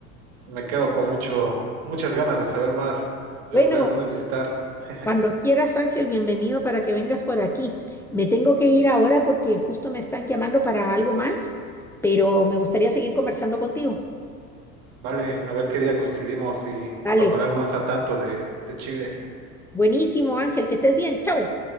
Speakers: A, on the right; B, in the centre.
A: Me quedo con mucho, muchas ganas de saber más de
B: Bueno,
A: lugares donde visitar. <laughs>
B: Cuando quieras, Ángel, bienvenido para que vengas por aquí. Me tengo que ir ahora porque justo me están llamando para algo más, pero me gustaría seguir conversando contigo.
A: Vale, a ver qué día coincidimos y
B: Dale,
A: para poner más a tanto de, de Chile.
B: buenísimo, Ángel, que estés bien. Chau.